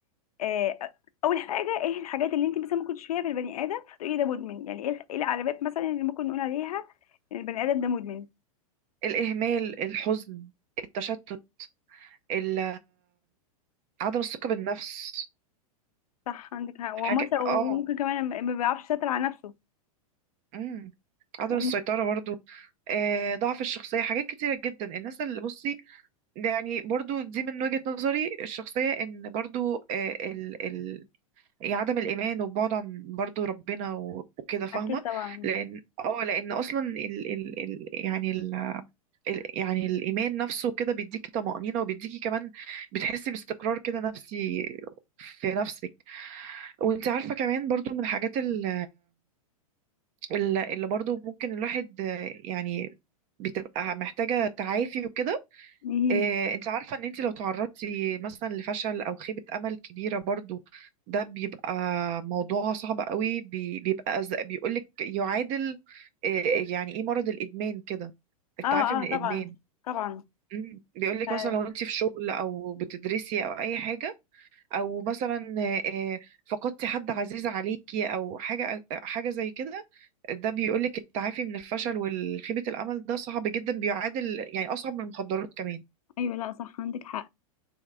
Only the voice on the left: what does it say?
آه، اول حاجه ايه الحاجات اللي انت مثلا ممكن تشوفيها في البني ادم فتقولي ده مدمن يعني ايه إيه العلامات مثلا اللي ممكن نقول عليها ان البني ادم ده مدمن
صح عندك حق ومثلا
وممكن
كمان ما ما بيعرفش يسيطر على نفسه
ون-
اكيد طبعا
ايه
اه اه
طبعا طبعا
ف-
ايوه لا صح عندك حق